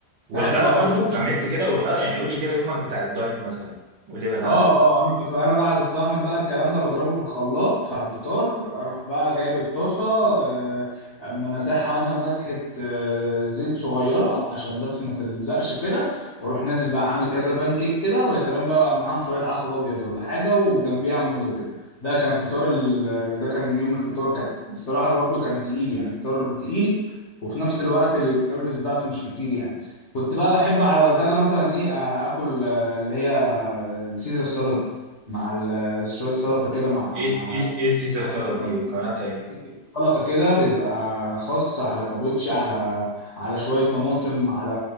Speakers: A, on the right; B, on the left.
A: والغدا
B: ساعتها باخده
A: برضو
B: خالد
A: كملت كده والغدا يعني قول لي كده يومك بتاع الدايت مثلا قول لي الغدا
B: اه اه انا كنت انا بقى كنت بعمل بقى الكلام ده بضربه في الخلاط على الفطار اروح بقى جايب الطاسه آه، مساحه مثلا مسحه آه، زيت صغيره عشان بس ما تلزقش كده واروح نازل بقى عامل كذا بان كيك كده ويا سلام بقى معاهم شويه عسل ابيض ولا حاجه وجنبيها موزه كده ده كان فطار ال... آه، ده كان يوم الفطار كان بصراحه برضو كان تقيل يعني فطار تقيل وفي نفس الوقت الكالوريز بتاعته مش كتير يعني كنت بقى بحب على الغدا مثلا ايه آه، اكل آه، اللي هي السيزر سالاد مع ال- شوية سلطة كده مع
A: ايه
B: مع
A: ايه ايه السيسر
B: فراخ
A: سالاد
B: مشوية.
A: دي مكوناتها ايه؟
B: سلطة كده بيبقى خاص على كابوتشي على على شوية طماطم على